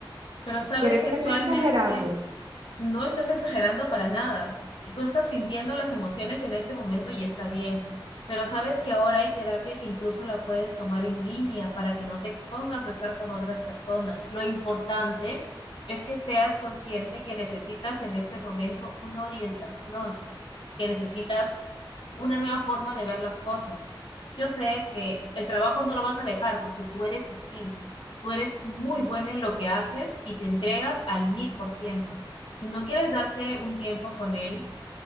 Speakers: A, on the left (about 80°); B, on the right (about 80°).
A: Pero sabes
B: ¿crees
A: que
B: que
A: actualmente
B: estoy exagerando?
A: No estás exagerando para nada. Tú estás sintiendo las emociones en este momento y está bien. Pero sabes que ahora hay terapia que incluso la puedes tomar en línea para que no te expongas a estar con otras personas. Lo importante es que seas consciente que necesitas en este momento una orientación, que necesitas una nueva forma de ver las cosas. Yo sé que el trabajo no lo vas a dejar porque tú eres así. Tú eres muy
B: No,
A: buena en lo que haces y te entregas al mil por ciento. Si no quieres darte un tiempo con él,